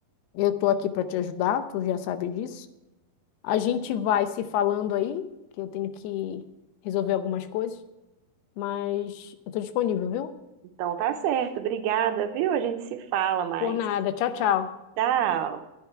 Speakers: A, on the left (about 85°); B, on the right (about 80°).
A: eu tô aqui para te ajudar, tu já sabe disso. A gente vai se falando aí, que eu tenho que resolver algumas coisas, mas eu tô disponível, viu?
B: Então tá certo. Obrigada, viu? A gente se fala mais.
A: Por nada, tchau, tchau.
B: Tchau.